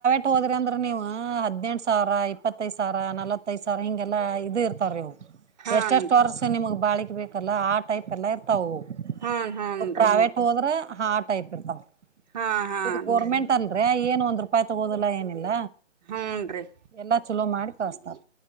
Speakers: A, on the right; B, on the right.
A: ಟು ಅಂದ್ರಂದ್ ನೀವೂ ಹದ್ನೆಂಟ್ ಸಾವ್ರ ಇಪ್ಪತ್ತೈದ್ ಸಾವ್ರ ನಲ್ವತ್ತೈದ್ ಸಾವ್ರ ಹಿಂಗೆಲ್ಲ ಇದಿರ್ತಾರ್ರಿ ಇವು
B: ಹಾನ್
A: ಎಷ್ಟೆಷ್ಟ್
B: ರೀ
A: ವರ್ಸ್ ನಿಮಿಗ್ ಬಾಳಿಕ್. ಇ ಬೇಕಲ್ಲ ಆ ಟೈಪ್ ಎಲ್ಲ ಇರ್ತವು
B: ಹಾನ್ ಹೂನ್
A: ನೀವು
B: ರೀ
A: ಪ್ರಾವೇಟ್ ಹೋದ್ರ ಹಾ ಟೈಪ್ ಇರ್ತಾವ್
B: ಹಾ ಹಾನ್
A: ಇದು ಗೋರ್ಮೆಂಟ್
B: ರೀ
A: ಅಲ್ರಿ ಏನ್ ಒಂದ್ ರೂಪಾಯಿ ತಗೋದಿಲ್ಲ ಏನಿಲ್ಲ
B: ಹೂನ್ ರೀ
A: ಎಲ್ಲಾ ಚಲೋ ಮಾಡಿ ಕಳ್ಸ್ತಾರ್